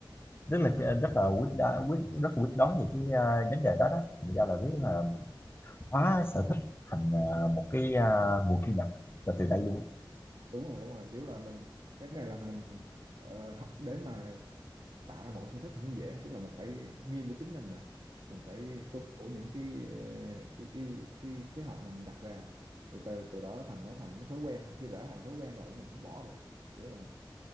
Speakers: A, on the left (about 25°); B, on the right (about 60°).
A: rất là à, rất là quyết đá, quyết rất là quyết đoán về cái à, vấn đề đó đó thành ra là biết
B: đúng
A: là
B: rồi
A: hóa sở thích thành à, một cái à, nguồn thu nhập là từ đây luôn
B: đúng rồi đúng rồi kiểu là mình cái này là mình ờ, học để mà tạo ra một cái sở thích không dễ tức là mình phải nghiêm với chính mình nè mình phải tuân thủ những cái ờ, cái cái cái kế hoạch mà mình đặt ra từ từ từ đó thành nó thành thói quen khi đã thành thói quen rồi mình không bỏ được kiểu là